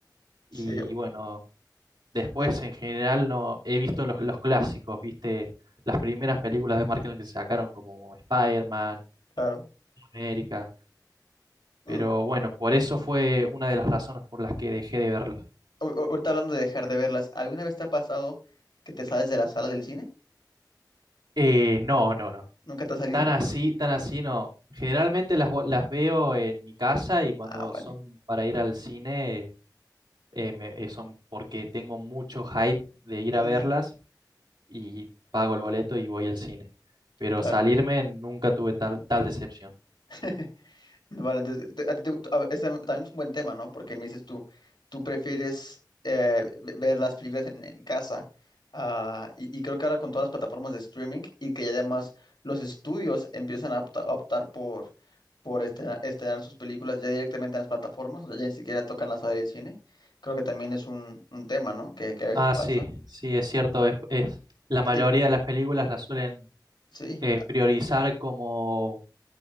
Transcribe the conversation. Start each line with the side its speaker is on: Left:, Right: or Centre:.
Right: Y
Left: Sí,
Right: bueno. Después,
Left: oye,
Right: en general, no he visto los, los clásicos, ¿viste? Las primeras películas de Marvel que sacaron, como Spider-Man,
Left: claro.
Right: América. Pero
Left: Mm.
Right: bueno, por eso fue una de las razones por las que dejé de verla.
Left: O- o- Ahorita hablando de dejar de verlas, ¿alguna vez te ha pasado que te sales de la sala del cine?
Right: Eh, no, no, no.
Left: ¿Nunca te ha salido?
Right: Tan así, tan así no. Generalmente las, vo- las veo en mi casa y cuando
Left: Ah, vale.
Right: son para ir al cine, eh, me- eh, son porque tengo mucho hype de ir
Left: Ujú,
Right: a verlas y pago el boleto y voy al cine. Pero
Left: Claro.
Right: salirme nunca tuve tal, tal decepción.
Left: <laughs> Vale, entonces, te- a ti te- a- este también es un buen tema, ¿no? Porque me dices tú, tú prefieres eh, ve- ver las películas en, en casa, ah, y, y creo que ahora con todas las plataformas de streaming y que ya además los estudios empiezan a opta- a optar por, por estrenar, estrenar sus películas ya directamente en las plataformas, o sea, ya ni siquiera tocan la sala del cine, creo que también es un, un tema, ¿no? Que, que a veces
Right: Ah,
Left: pasa.
Right: sí, sí, es cierto. Es, es- la mayoría
Left: A ti,
Right: de las películas las suelen
Left: sí,
Right: eh,
Left: a-
Right: priorizar como